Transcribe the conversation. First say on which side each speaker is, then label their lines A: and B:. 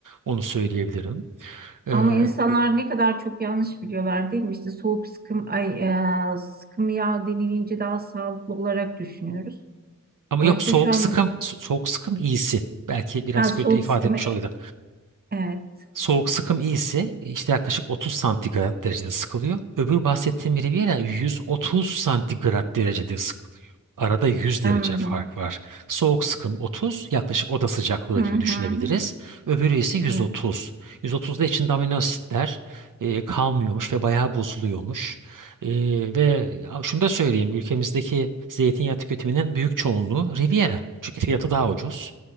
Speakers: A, on the right (about 85°); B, on the right (about 30°).
A: Onu söyleyebilirim. E,
B: Ama insanlar ne kadar çok yanlış biliyorlar değil mi? İşte soğuk sıkım, ay, e, sıkım yağ denilince daha sağlıklı olarak düşünüyoruz.
A: Ama
B: Oysa
A: yok soğuk
B: şu an
A: sıkım so- soğuk sıkım iyisi. Belki biraz
B: ha, soğuk
A: kötü ifade
B: sıkım,
A: etmiş
B: e,
A: olabilirim.
B: evet
A: Soğuk sıkım iyisi e, işte yaklaşık 30 santigrat derecede sıkılıyor. Öbür bahsettiğim Riviera 130 santigrat derecede sıkılıyor. Arada 100 derece
B: anladım.
A: fark var. Soğuk sıkım 30, yaklaşık oda sıcaklığı
B: Hı
A: gibi
B: hı.
A: düşünebiliriz.
B: hı.
A: Öbürü ise 130.
B: Evet.
A: 130'da içinde amino asitler e, kalmıyormuş ve bayağı bozuluyormuş. E, ve şunu da söyleyeyim, ülkemizdeki zeytinyağı tüketiminin büyük çoğunluğu Riviera. Çünkü fiyatı daha ucuz.